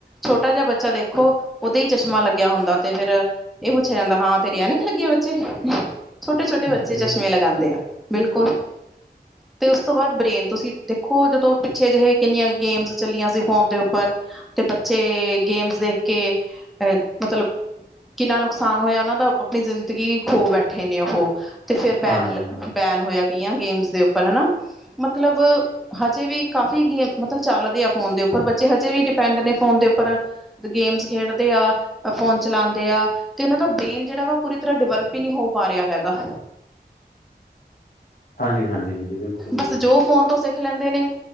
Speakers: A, in the centre; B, on the left (about 55°).
A: ਛੋਟਾ ਜਿਹਾ ਬੱਚਾ ਦੇਖੋ, ਉਹਦੇ ਹੀ ਚਸ਼ਮਾ ਲੱਗਿਆ ਹੁੰਦਾ। ਤੇ ਫੇਰ ਇਹ ਪੁੱਛਿਆ ਜਾਂਦਾ ਹਾਂ। ਤੇਰੇ ਐਨਕ ਲੱਗੇ ਆ ਬੱਚੇ? ਛੋਟੇ-ਛੋਟੇ ਬੱਚੇ
B: ਬਿਲ
A: ਚਸ਼ਮੇ ਲਗਾਉਂਦੇ ਆ, ਬਿਲਕੁਲ। ਤੇ ਉਸ ਤੋਂ ਬਾਅਦ ਬ੍ਰੇਨ, ਤੁਸੀਂ ਦੇ ਖੋ, ਜਦੋਂ ਪਿੱਛੇ ਜਿਹੇ ਕਿੰਨੀਆਂ ਗੇਮਸ ਚੱਲੀਆਂ ਸੀ ਫੋਨ ਦੇ ਉੱਪਰ, ਤੇ ਬੱਚੇ ਗੇਮਸ ਦੇਖ ਕੇ ਅ ਮਤਲਬ ਕਿੰਨਾ ਨੁਕਸਾਨ ਹੋਇਆ ਉਹਨਾਂ ਦਾ! ਆਪਣੀ ਜ਼ਿੰਦਗੀ ਖੋ ਬੈਠੇ ਨੇ ਉਹ। ਤੇ ਫੇਰ ਬੈਨ-ਬੈਨ
B: ਹਾਂਜੀ ਹਾਂਜੀ
A: ਹੋਇਆ। ਗੇਮਸ ਦੇ ਉੱਪਰ, ਹਨਾ, ਮਤਲਬ। ਹਜੇ ਵੀ ਕਾਫੀ ਗੇਮ, ਮਤਲਬ, ਚਲਦੇ ਆ ਫੋਨ ਦੇ ਉਪਰ। ਬੱਚੇ ਹਜੇ ਵੀ ਡਿਪੈਂਡ ਨੇ ਫੋਨ ਦੇ ਉੱਪਰ, ਗੇਮਸ ਖੇਡਦੇ ਆ, ਫੋਨ ਚਲਾਂਦੇ ਆ, ਤੇ ਉਹਨਾ ਦਾ ਬ੍ਰੇਨ ਜਿਹੜਾ ਵਾ ਪੂਰੀ ਤਰਾ ਡੇਵੇਲਪ ਹੀ ਨਹੀਂ ਹੋ ਪਾ ਰਿਹਾ ਹੈਗਾ
B: ਹਾਂਜੀ, ਹਾਂਜੀ। ਬਿਲਕੁਲ ਜੀ
A: ਬਸ,
B: ਬਿਲਕੁਲ।
A: ਜੋ ਫੋਨ ਤੋਂ ਸਿੱਖ ਰਖ ਲੈਂਦੇ ਨੇ,